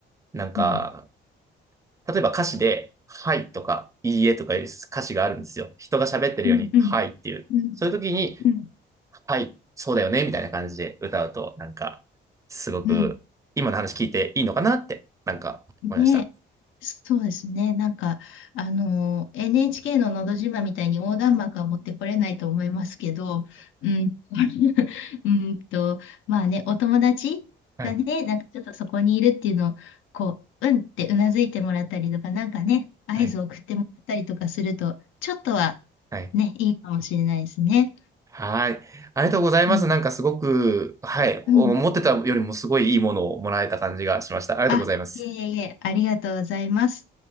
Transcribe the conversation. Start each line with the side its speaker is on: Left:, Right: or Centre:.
Right: なんか、
Left: うん。
Right: 例えば歌詞で、はいとか、いいえとかいう歌詞があるんですよ。人が喋ってるように、
Left: うんうん。
Right: はいっていう。
Left: うん
Right: そういう時に、
Left: うん。
Right: はい、そうだよね、みたいな感じで歌うと、なんか、すごく、
Left: うん
Right: 今の話聞いていいのかなって、なんか、思いました。
Left: ね、そうですね。なんか、あの、NHK ののど自慢みたいに横断幕は持ってこれないと思いますけど、うん、<laughs> うんと、まあね、お友達がね、
Right: はい、
Left: なんかちょっとそこにいるっていうのを、こう、うんってうなずいてもらったりとか、なんかね、合図を送ってもらったりとかすると、
Right: はい、
Left: ちょっとは
Right: はい。
Left: ね、いいかもしれないですね。
Right: はい。ありがとうございます。
Left: うん、
Right: なんかすごく、はい、思ってたよりもすごいいいものをもらえた感じがしました。
Left: うん。
Right: ありがとうございます。
Left: あ、いえいえ、ありがとうございます。